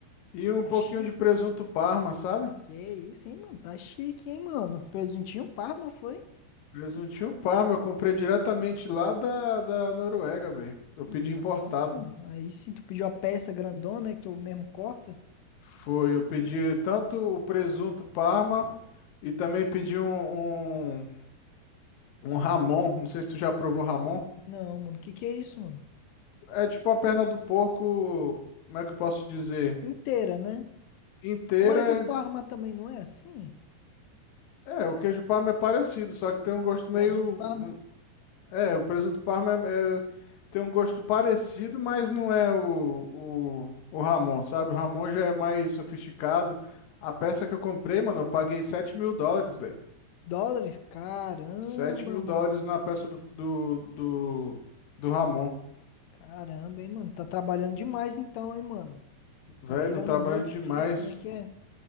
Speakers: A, on the left (about 65°); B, on the left (about 80°).
A: e um
B: tá
A: pouquinho
B: chique,
A: de presunto
B: hein?
A: parma, sabe?
B: Que isso, hein, mano? Tá chique, hein, mano? Presuntinho Parma foi?
A: Presuntinho parma, eu comprei diretamente lá da, da Noruega, velho. Eu
B: Nossa,
A: pedi importado.
B: aí sim, tu pediu a peça grandona, né, que tu mesmo corta?
A: Foi, eu pedi tanto o presunto parma e também pedi um, um- Um ramon, não sei se tu já provou ramon.
B: Não, mano. Que que é isso, mano?
A: É tipo a perna do porco, como é que eu posso dizer?
B: Inteira, né?
A: Inteira.
B: Mas o Parma também não é assim?
A: É, o queijo parma é parecido, só que tem um gosto
B: Presunto
A: meio.
B: Parma.
A: hum, É, o presunto parma é- é- tem um gosto parecido, mas não é o, o, o ramon, sabe? O ramon já é mais sofisticado. A peça que eu comprei, mano, eu paguei sete mil dólares, velho.
B: Dólares? Caramba,
A: Sete mil
B: mano.
A: dólares na peça do, do, do, do ramon.
B: Caramba, hein, mano. Tá trabalhando demais então, hein, mano.
A: Velho,
B: Tá virando
A: tô trabalhando
B: noite
A: demais.
B: e dia, como é que é?